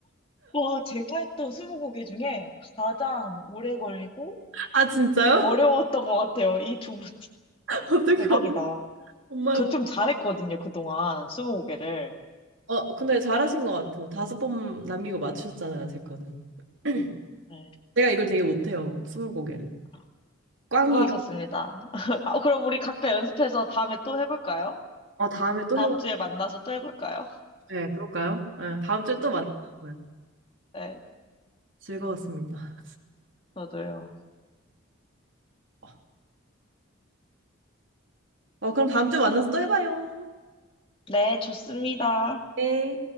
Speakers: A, on the left; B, on the right.
A: 와, 제가 했던 스무고개 중에 가장 오래 걸리고
B: 아, 진짜요?
A: 어려웠던 것 같아요. 이 두 분. <laughs>
B: 어떻게
A: 대박이다.
B: 엄마를
A: 저
B: 보고
A: 좀 잘했거든요, 그동안. 스무고개를.
B: 어 근데 잘하신 것 같아요. 다섯 번 남기고 맞추셨잖아요, 제 거는. <clears throat>
A: 네.
B: 제가 이걸 되게 못해요. 스무고개를.
A: 아,
B: 꽝이에요.
A: 수고하셨습니다. <laughs> 아, 그럼 우리 각자 연습해서 다음에 또 해볼까요?
B: 어 다음에 또
A: 다음
B: 해봐요.
A: 주에 만나서 또 해볼까요?
B: 네, 그럴까요? 네, 다음 주에 또
A: 네,
B: 만나요. 네,
A: 네,
B: 즐거웠습니다.
A: 저도요.
B: <laughs> 어, 그럼 다음 주에 만나서 또 해봐요.
A: 네, 좋습니다.
B: 네.